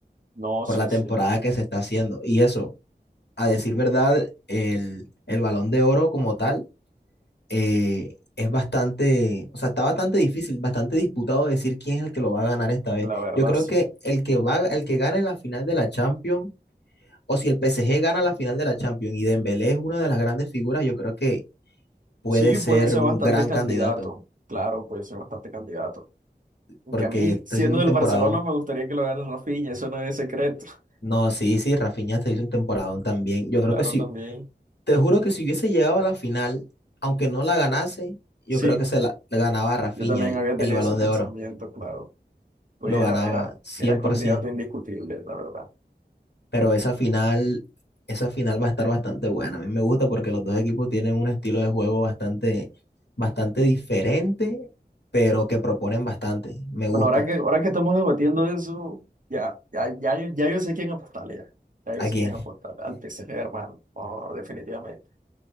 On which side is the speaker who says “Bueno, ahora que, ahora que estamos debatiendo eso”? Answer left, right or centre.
Right